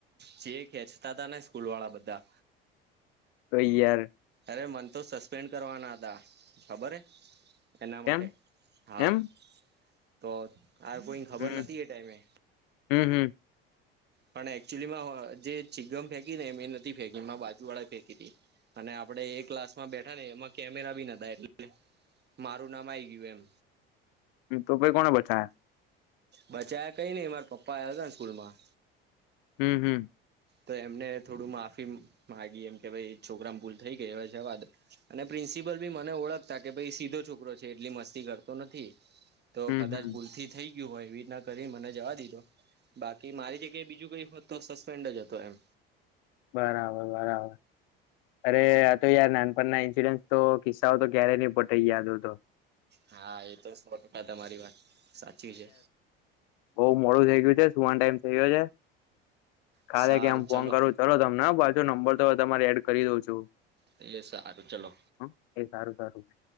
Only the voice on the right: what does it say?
જે ખેચતા તા ને સ્કૂલ વાળા બધા
અરે મન તો સસ્પેન્ડ કરવાના હતા ખબર હે એના
માટે હા
તો હ કોઈ ખબર
નથી એ ટાઈમે
પણ એકચુલીમાં જે ચીગમ ફેંકી ને એ એ નથી ફેંકી એ બાજુ વાળા ફેંકી હતી અને આપડે એ ક્લાસ માં બેઠા ને એમાં કેમેરા બી નતા એટલે મારું નામ આઈ ગયું એમ
બચા્યા કઈ નઈ મારા પપ્પા આવ્યા હતા ને સ્કૂલ માં
તો એમને થોડું માફી મામાંગી એમ કે ભ છોકરા ભૂલ થઈ ગયા હ છે અને પ્રિન્સપ ભી મને ઓળખતા કે ભાઈ સીધો છોકરો છે એટલી મસ્તી કરતો નથી તો
કદાચ
ભૂલથી થઈ ગયું હોય એવી રીતના કરી મને જવા દીધો બાકી મારી બીજું કઈ હોત તો સસ્પેન્ડ જ હતો એમ
હા એ તો સો ટકા તમારી વાત સાચી છે
સારું
ચલો
એ સારું ચલો